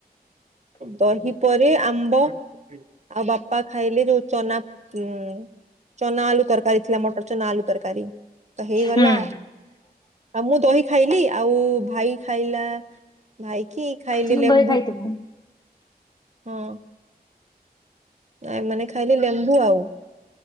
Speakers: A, on the right; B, on the left.
A: ଦହି ପରେ ଆମ୍ବ। ଆଉ ବାପା ଖାଇଲେ ଯୋଉ ଚନା ଉ ଚନା ଆଲୁ ତରକାରୀ ଥିଲା ମଟର ଚନା ଆଲୁ ତରକାରୀ ତ ହେଇଗଲା।
B: ହୁଁ
A: ଆଉ ମୁଁ ଦହି ଖାଇଲି ଆଉ ଭାଇ ଖାଇଲା। ଭାଇ କି ଖାଇଲେ
B: ତୁ
A: ଲେମ୍ବୁ
B: ଦହି ଖାଇଥିବୁ।
A: ହଁ। ନାଇଁ ମାନେ ଖାଇଲେ ଲେମ୍ବୁ ଆଉ।